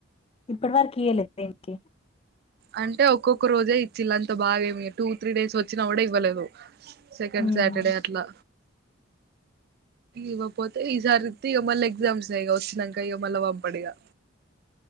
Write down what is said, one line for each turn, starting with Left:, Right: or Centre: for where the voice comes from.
Left: ఇప్పటి వరకి ఇయ్య లేదు దెనికి
Right: అంటే ఒక్కొక్క రోజే చిల్లంతా బాగేమి టూ త్రీ డేస్ వచ్చినా కూడా ఇవ్వలేదు సెకండ్
Left: ఉమ్,
Right: సాటర్డే అట్లా ఇవ్వపోతే ఈసారిమళ ఎగ్జామ్స్ అ వచ్చినాక ఇమళ పంపడిగా